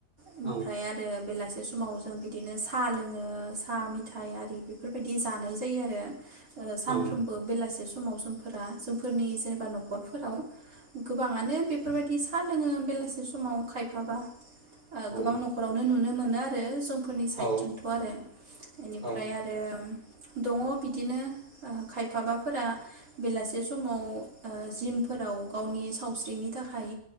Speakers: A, on the right; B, on the right.
A: ओमफ्राय
B: औ
A: आरो बेलासि बे समाव जों बिदिनो सा लोङो सा मेथाइ आरि बेफोरबायदि जानाय जायो आरो ओ सानफ्रोमबो
B: औ
A: बेलासे सम समाव जोंफोरा जोंफोरनि जेनेबा न'खरफोराव गोबाङानो बेफोरबायदि स सा लोङो बेलासे समाव खायफ बाबा
B: औ
A: गोबां न'खरावनो नुनोमोन। <inaudible> फोरनि साइडथिंथ'
B: औ
A: आरो बेनिफ्राय
B: औ
A: आरो दङ बिदिनो खायफाबाफोरा बेलासे समाव ओ जिमफोराव गावनि सावस्रिनि थाखाय।